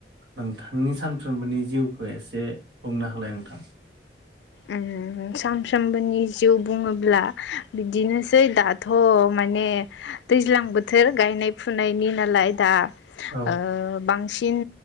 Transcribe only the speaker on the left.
उम सानफ्रोमबोनि जिउ बुङोब्ला बिदिनो सै दाथ' माने दैज्लां बोथोर गायनाय फुनायनि नालाय दा
ओ बांसिन